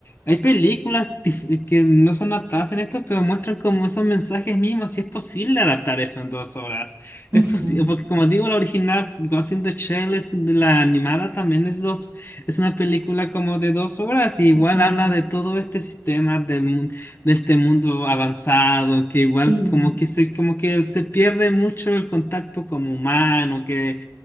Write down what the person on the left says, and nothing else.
hay películas dif- eh, que no son adaptadas en esto, pero muestran como esos mensajes mismos, si es posible adaptar eso en dos horas. Es
posible, porque como digo, la original Ghost in the Shell es de la animada, también es dos, es una película como de dos horas y igual
habla de todo este sistema del mundo de este mundo avanzado, que igual
como que se, como que se pierde mucho el contacto como humano, que,